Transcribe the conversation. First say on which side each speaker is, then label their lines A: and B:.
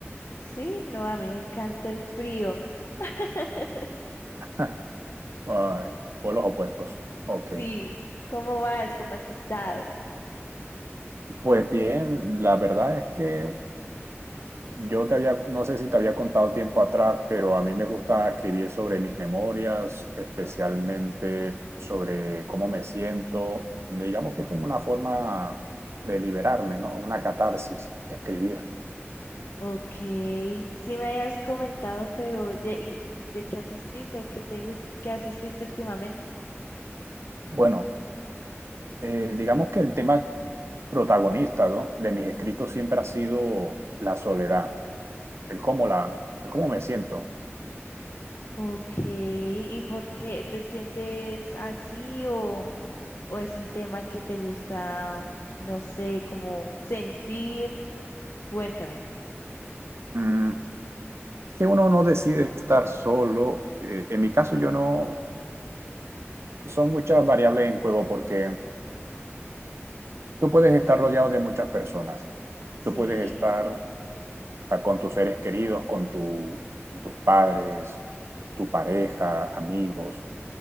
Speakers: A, on the left; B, on the right.
A: Sí, no, a mí me encanta el frío. <laughs>
B: <laughs> Ay, polos opuestos. Ok.
A: Sí, ¿cómo vas? ¿Cómo has estado?
B: Pues bien, la verdad es que Yo te había, no sé si te había contado tiempo atrás, pero a mí me gusta escribir sobre mis memorias, especialmente sobre cómo me siento. Digamos que es como una forma de liberarme, ¿no? Una catarsis, escribir.
A: Ok, sí me habías comentado, pero de, y de qué has escrito? ¿Qué te gus- qué has escrito últimamente?
B: Bueno, eh, digamos que el tema protagonista, ¿no? de mis escritos siempre ha sido la soledad, el cómo, la, el cómo me siento.
A: Ok, ¿y por qué te sientes así o...? o es un tema que te gusta, no sé, como sentir? Cuéntame.
B: Mm, que uno no decide estar solo. eh, en mi caso, yo no, son muchas variables en juego porque Tú puedes estar rodeado de muchas personas. Tú
A: Sí.
B: puedes estar con tus seres queridos, con tu, tus padres, tu pareja, amigos,